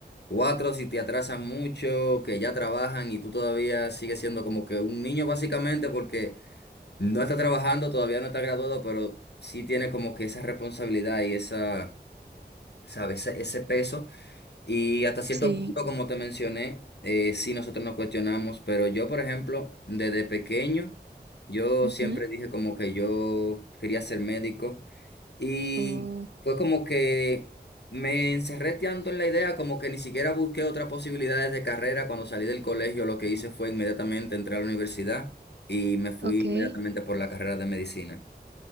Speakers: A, on the left; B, on the right.
A: cuatro si te atrasan mucho, que ya trabajan y tú todavía sigues siendo como que un niño básicamente porque no está trabajando, todavía no está graduado, pero sí tiene como que esa responsabilidad y esa, ¿sabes? Ese, ese peso y hasta cierto
B: sí.
A: punto, como te mencioné, eh, sí nosotros nos cuestionamos, pero yo, por ejemplo, desde pequeño, yo
B: ujú,
A: siempre dije como que yo quería ser médico y
B: Oh,
A: fue como que me encerré tanto en la idea como que ni siquiera busqué otras posibilidades de carrera. Cuando salí del colegio, lo que hice fue inmediatamente entrar a la universidad y me fui
B: ok.
A: inmediatamente por la carrera de medicina.